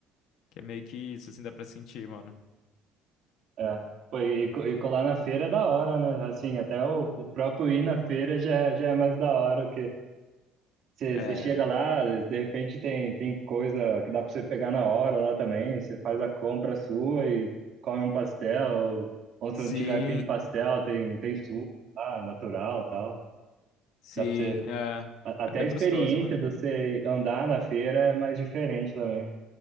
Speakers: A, on the left; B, on the right.
A: que é meio que isso, assim, dá pra sentir, mano.
B: É. Pô, e, co- e colar na feira é da hora, né? Assim, até o, o próprio ir na feira já, é- já é mais da hora, Você
A: É.
B: você chega lá, de repente tem, tem coisa que dá para você pegar na hora lá também. Você faz a compra sua e come um pastel. Ou se
A: Sim,
B: não tiver afim do pastel, tem, tem suco lá, natural tal.
A: sim,
B: Dá para você.
A: é.
B: a- Até
A: É bem
B: a experiência
A: gostoso, mano.
B: de você andar na feira é mais diferente também.